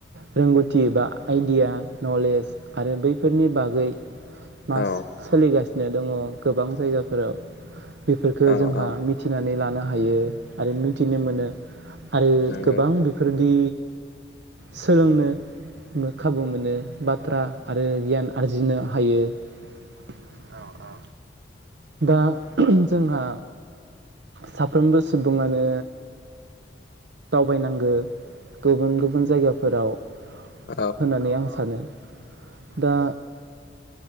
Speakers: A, on the right (about 60°); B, on the left (about 55°).
A: रोंगौथि बा आइडिया नलेज आरो बैफोरनि बागै मास
B: औ
A: सोलिगासिनो फिनो दङ गोबां जायगाफोराव बेफोरफोरखो
B: औ
A: जोंहा
B: औ
A: मिथिनानै लानो हायो आरो मिथिनो मोनो। आरो
B: नंगौ
A: गोबां बेफोरदि। सोलोंनो लो खाबु मोनो बाथ्रा आरो गियान आरजिनो हायो। औ औ। दा जोंहा साफ्रोमबो सुबुङानो दावबायनांगो गुबुन गुबुन जायगाफोराव।
B: औ
A: होननानै आं सानो। दा।